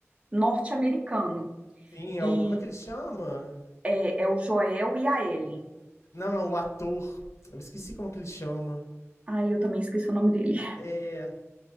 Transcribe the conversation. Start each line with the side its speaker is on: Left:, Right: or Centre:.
Right: norte-americano.
Left: Sim,
Right: E
Left: é o, como é que ele chama?
Right: é, é o Joel e a Ellie.
Left: Não, não, o ator. Eu esqueci como é que ele chama.
Right: Ai, eu também esqueci o nome dele.
Left: É.